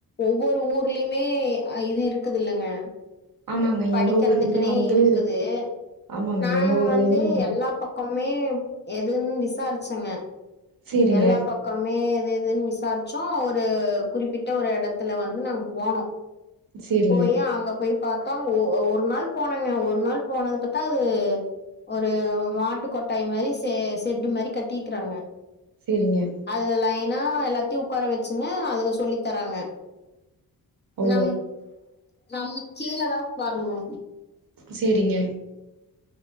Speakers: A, on the left (about 25°); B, on the right (about 60°).
A: ஒவ்வொரு ஊர்லயுமே இது இருக்குதுல்லங்க
B: ஆமாங்க
A: படிக்கறதுக்குன்னே
B: எங்க ஊர்லயுமே வந்து
A: இருக்குது
B: ஆமாங்க
A: நாங்க
B: எங்க ஊர்லயுமே
A: வந்து எல்லா பக்க மே எதுன் விசாரிச்சங்க
B: சேரிங்க
A: எல்லா பக்கோ கமே எது எதுன் விசாரிச்சோ ஒரு குறிப்பிட்ட ஒரு எடத்துல வந்து நாங் போனோ
B: சேரிங்க
A: போயி அங்க போய் அக்காங் ஒ ஒரு நாள் போனங்க ஒரு நாள் போனது பத்தா அது ஒரு மாட்டு கொட்டாய் மாரி செ செட்டு மாரி கட்டிக்கிறாங்க
B: சேரிங்க
A: அதுல லைனா எல்லாத்தையு உக்கார வெச்சுங்க அதுல சொல்லி தராங்க
B: ஓ
A: நம்ம நம்ம கீழதா உக்காரனு
B: சேரிங்க